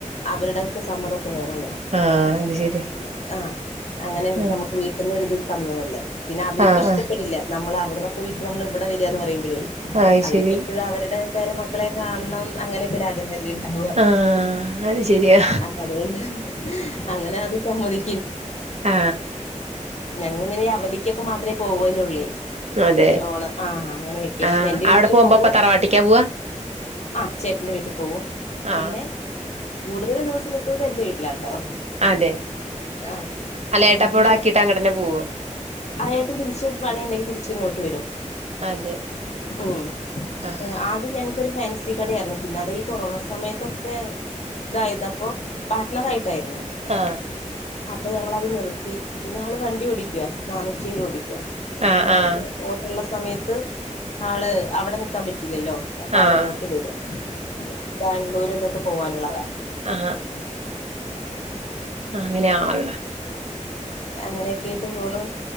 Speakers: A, on the left; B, on the right.
A: അവരുടെയൊക്കെ സമ്മതൊക്കെ വേണല്ലോ
B: ആഹ്
A: കാരണംനമ്മള്
B: അത് ശരിയ
A: ഉം ആ അങ്ങനെ
B: ആഹ്
A: നമുക്ക് വീട്ടന്നൊരിത് തന്നതല്ലേ പിന്നെ അവരിക്കും
B: ആഹ്
A: ഇഷ്ടപ്പെടില്ല
B: ആഹ്
A: നമ്മള് അ വിടെക്കെ വിട്ട് നമ്മള് ഇവിടെ വരികന്ന് പറയുമ്പഴേ
B: അയ്
A: അവർക്ക്പ്പോഴും
B: ശരി
A: അവരുടെ പേരമക്കളെ കാണണം അങ്ങനെ ലിണ്ടവുക
B: ആഹ് അത് ശരിയാ
A: അപ്പ അതൊണ്ട് അങ്ങനെ അത് സമ്മതി
B: ആ
A: ഞങ്ങള് ഇങ്ങനെ അവധിക്കൊക്കെ മാത്രമേ പോവലുള്ളേ
B: അതെ
A: ഏ ഓണം ആ അങ്ങനെ വെക്കേഷൻ
B: ആഹ്
A: എൻ്റെ വീട്ടിലും
B: അവിടെ പോകുമ്പോ
A: പോവും
B: അപ്പ തറവാട്ടിക്കാ പോവാ
A: ആ ചേട്ടന്റെ വീട്ടിൽ പോവും പിന്നെ
B: ആഹ്
A: കൂടുതൽ ദിവസം നിൽക്കുന്നത് എന്റെ വീട്ടിലാണ് ഒ
B: അതെ
A: ആ
B: അല്ല
A: വീട്ടില്
B: ഏട്ടപ്പ ഇവിടെ ആക്കിട്ട് അങ്ങട്ടന്നെ പോവോ
A: ആയായിട്ടും തിരിച്ച് മഴ ഉണ്ടെങ്കി തിരിച്ച് ഇങ്ങോട്ട് വരും
B: അതെ
A: ഉം
B: ആഹ്
A: ആദി ഒരു ഫാൻസി കട ആയിരുന്നു പിന്നെ അത് ഈ കൊറോണ സമയത്തൊക്കെ ഇതായത് അപ്പോ പാർട്ടണർ ആയി് യിരുന്ന
B: ആഹ്
A: അപ്പൊ ഞങ്ങളത് നിർത്തി പിന്നെ ആള് വണ്ടി ഓടിക്കവാ നാനൂറ്റിറ്റേഴ് ഓടിക്കുക
B: ആഹ്
A: പിന്നെ ആൾക്ക്
B: ആഹ്
A: ഉള്ള സമയത്ത് ആള് അവിടെ നിക്കാൻ പറ്റ ത്തില്ലല്ലോ അപ്പ
B: ആഹ്
A: ആള് ഇങ്ങോട്ട് വരും ബാംഗ്ലൂര് എന്തൊക്കെ പോവാനുള്ളതാ
B: ആ ആ അങ്ങനെ ആവ
A: അങ്ങനെയൊക്കെ യിട്ട് പോണു